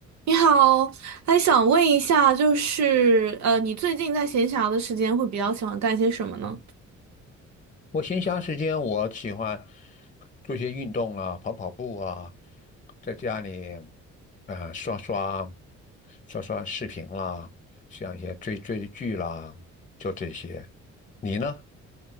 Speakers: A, on the right; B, on the left.
A: 你好，还想问一下，就是呃，你最近在闲暇的时间会比较喜欢干些什么呢？
B: 我闲暇时间，我喜欢做一些运动啊，跑跑步啊，在家里啊、刷刷刷刷视频啦，像一些追追剧啦，就这些。你呢？